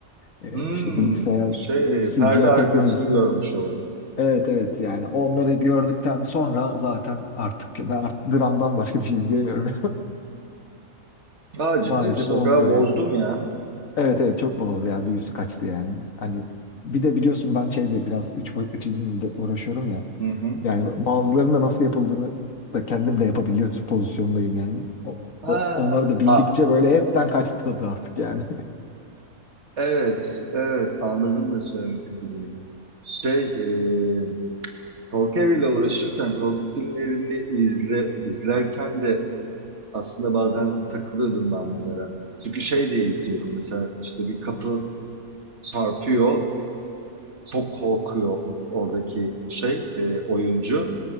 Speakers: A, on the left (about 65°); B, on the right (about 50°).
A: e,
B: hmm,
A: işte bilgisayar
B: şey,
A: e, C
B: perde
A: G
B: arkasını
A: I teknolojisinin
B: görmüş oldum.
A: evet evet yani onları gördükten sonra zaten artık ben artık dramdan başka bir şey izleyemiyorum.
B: Aa,
A: <laughs>
B: ciddi
A: Maalesef
B: misin? O
A: olmuyor
B: kadar bozdum
A: yani.
B: ya.
A: Evet evet çok bozdu ya büyüsü kaçtı yani. Hani bir de biliyorsun ben şeyde biraz üç boyutlu çizimle uğraşıyorum ya.
B: Hı hı.
A: Yani bazılarının da nasıl yapıldığını da kendim de yapabilir pozisyondayım yani. O,
B: Ha,
A: o- onları da bildikçe
B: a,
A: böyle hepten kaçtı tadı artık yani.
B: evet, evet. Anladım da söylemek istediğini. Şey, e, Korku eviyle uğraşırken korku filmlerini izle, izlerken de aslında bazen takılıyordum ben bunlara. Çünkü şey diye izliyorum mesela işte bir kapı çarpıyor çok korkuyor oradaki şey e, oyuncu.